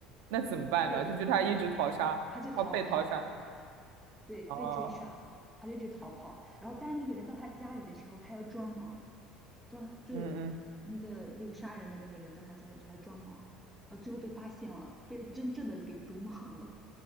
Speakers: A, on the right; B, in the centre.
A: 那怎么办呢？
B: 他被
A: 就是他一直逃杀，
B: 他就逃跑，
A: 他被逃杀。
B: 对，被追杀，
A: 哦，
B: 他就一直逃跑。然后，但是那个人到他家里的时候，他要装莽，装就那个那个杀人的那个人到他家里去还装盲，
A: 嗯嗯。
B: 然后最后被发现了，被真正的给毒盲了。